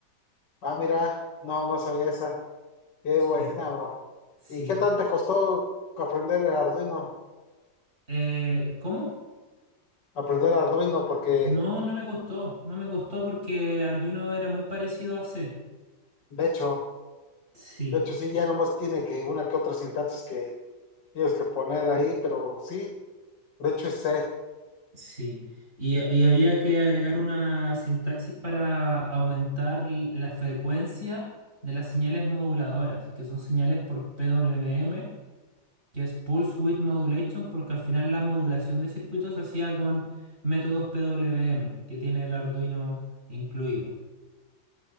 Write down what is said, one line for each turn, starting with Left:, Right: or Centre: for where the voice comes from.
Left: Ah, mira, no, no sabía esa. Qué
Right: Sí,
Left: buena, bro.
Right: sí.
Left: ¿Y qué tanto te costó aprender el Arduino?
Right: Eh, ¿cómo?
Left: aprender Arduino porque
Right: No, no me costó, no me costó porque Arduino era muy parecido a C.
Left: de hecho,
Right: Sí,
Left: de hecho sí, ya nomás tiene que una que otra sintaxis que tienes que poner ahí, pero sí, de hecho es C.
Right: sí. Y, y había que agregar una sintaxis para aumentar l- la frecuencia de las señales moduladoras, que son señales por PWM, que es Pulse Width Modulation, porque al final la modulación de circuitos se hacía con métodos PWM, que tiene el Arduino incluido.